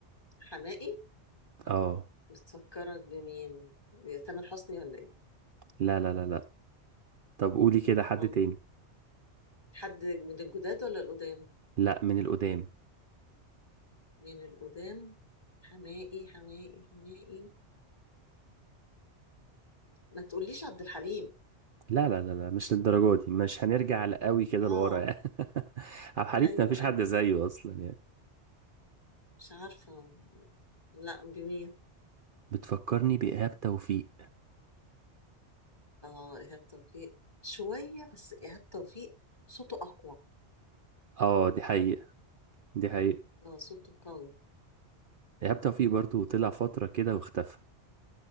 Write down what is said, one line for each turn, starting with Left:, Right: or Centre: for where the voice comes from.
Left: حماقي
Right: اه
Left: بتفكرك بمين تامر حسني ولا ايه
Right: لا لا لا لا طب قولي كده حد
Left: امال
Right: تاني
Left: مين حد من الجداد ولا القدام
Right: لا من القدام
Left: من القدام حماقي حماقي حماقي ما تقوليش عبد الحليم
Right: لا لا لا لا مش للدرجة دي مش هنرجع لقوي كده
Left: اه
Right: لورا يعني <laughs> عبد الحليم
Left: ايوه
Right: ده مفيش
Left: ايوه
Right: حد زيه اصلا يعني
Left: مش عارفه لا بمين
Right: بتفكرني بإيهاب توفيق
Left: اه ايهاب توفيق شويه بس ايهاب توفيق صوته اقوى
Right: اه دي حقيقة دي حقيقة
Left: اه صوته قوي
Right: إيهاب توفيق برضو طلع فترة كده واختفى